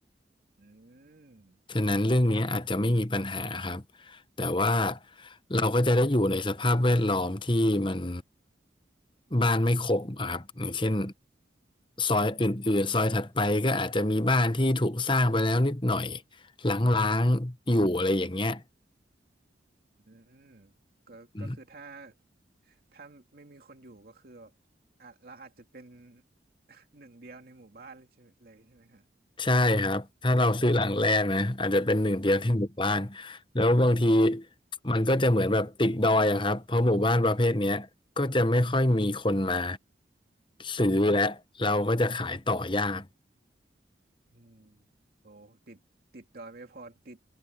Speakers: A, on the right (about 50°); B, on the left (about 25°).
A: อืม
B: ฉะนั้นเรื่องนี้อาจจะไม่มีปัญหาครับ
A: อ๋อ
B: แต่ว่าเราก็จะได้อยู่ในสภาพแวดล้อมที่มันบ้านไม่ครบอะครับอย่างเช่นซอยอื่นๆซอยถัดไปก็อาจจะมีบ้านที่ถูกสร้างไปแล้วนิดหน่อยล้างๆอยู่อะไรอย่างเงี้ย
A: อืมก็ก็คือถ้า
B: อื
A: ถ้าไม่มีคนอยู่ก็คือแบบอ่ะเราอาจจะเป็น <laughs> หนึ่งเดียวในหมู่บ้านเลยใช่ไหมเลยใช่ไหมฮะ
B: ใช่ครับถ้าเราซื้อหลังแรกนะอาจจะเป็นหนึ่งเดียวที่หมู่บ้านแล้วบางทีมันก็จะเหมือนแบบติดดอยอะครับเพราะหมู่บ้านประเภทเนี้ยก็จะไม่ค่อยมีคนมาซื้อและเราก็จะขายต่อยาก
A: อืม อืมโอ้ติดติดดอยไม่พอติด